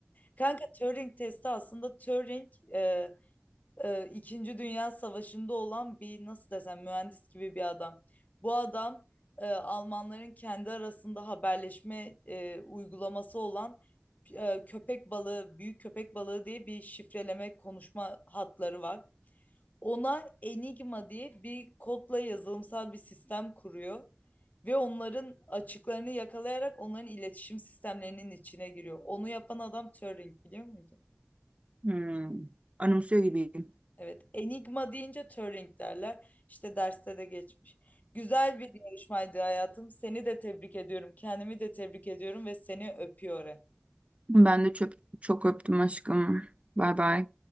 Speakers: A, on the left (about 45°); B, on the right (about 35°).
A: Kanka Turing testi aslında Turing e, e, İkinci Dünya Savaşı'nda olan bir nasıl desem mühendis gibi bir adam. Bu adam e, Almanların kendi arasında haberleşme e, uygulaması olan e, köpek balığı, büyük köpek balığı diye bir şifreleme konuşma hatları var. Ona Enigma diye bir kodla yazılımsal bir sistem kuruyor ve onların açıklarını yakalayarak onların iletişim sistemlerinin içine giriyor. Onu yapan adam Turing biliyor muydun?
B: hmm. Anımsıyor gibiyim.
A: Evet, enigma deyince Turing derler. İşte derste de geçmiş. Güzel bir yarışmaydı hayatım. Seni de tebrik ediyorum. Kendimi de tebrik ediyorum ve seni öpüyorum.
B: Ben de çok, çok öptüm aşkım. Bay bay.